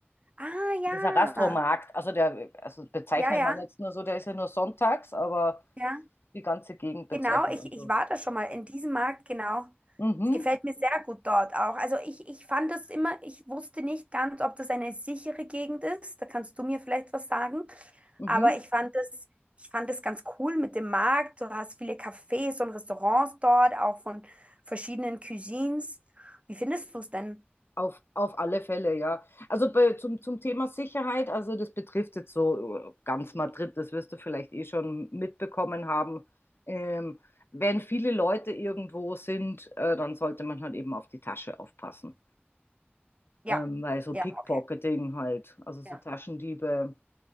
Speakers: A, on the right; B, on the left.
A: Ah, ja.
B: Dieser Rastromarkt, also der, also bezeichnet
A: Ja, ja,
B: man jetzt nur so, der ist ja nur sonntags, aber
A: ja.
B: die ganze Gegend bezeichnet
A: Genau, ich,
B: man so.
A: ich war da schon mal in diesem Markt, genau.
B: Mhm.
A: Es gefällt mir sehr gut dort auch. Also ich, ich fand das immer, ich wusste nicht ganz, ob das eine sichere Gegend ist. Da kannst du mir vielleicht was sagen.
B: Mhm.
A: Aber ich fand es, ich fand es ganz cool mit dem Markt. Du hast viele Cafés und Restaurants dort, auch von verschiedenen Cuisines. Wie findest du es denn?
B: Auf, auf alle Fälle, ja. Also bei, zum, zum Thema Sicherheit, also das betrifft jetzt so äh, ganz Madrid, das wirst du vielleicht eh schon mitbekommen haben. Ähm, wenn viele Leute irgendwo sind, äh, dann sollte man halt eben auf die Tasche aufpassen.
A: Ja,
B: Ähm, weil so
A: ja,
B: Pickpocketing
A: okay.
B: halt, also so
A: Ja.
B: Taschendiebe